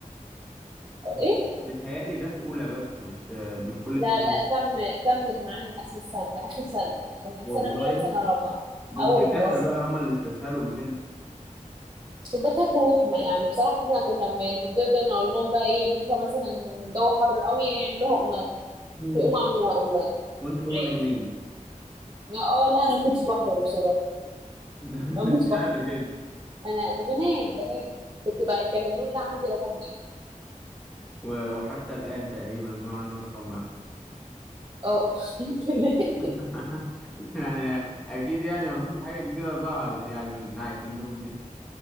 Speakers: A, on the right; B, in the centre.
A: أو
B: بت-
A: ايه
B: بيتهيألي ده في اولى بس مش مش كل
A: لا
B: السنين
A: لا كمل كمل معانا لاخر السنه لاخر سنه من
B: والله
A: سنه اولى لسنه رابعه
B: ده
A: اه
B: الدكاترة
A: والله
B: بقى هما اللي استسهلوا مش انت
A: الدكاتره وهمه يعني بصراحه احنا كنا بنفضل نقول لهم بقى ايه بكره مثلا الجو حر قوي يعملوها اونلاين
B: مم.
A: فيقوموا عاملينها اونلاين
B: <laughs> وانتوا تقوموا
A: عادي
B: نايمين
A: اه لا انا كنتش بحضر بصراحه
B: <laughs>
A: انا ما كنتش
B: اشمعنى
A: بحضر
B: كده
A: انا انا بنام بنام كنت بقى كان النوم ده عندي رقم واحد
B: و- وحتى الآن تقريبا ان هو عندك رقم واحد
A: اه <laughs> كده.
B: <laughs> يعني اكيد يعني مفيش حاجة جديدة ظهرت يعني من ناحية النوم دي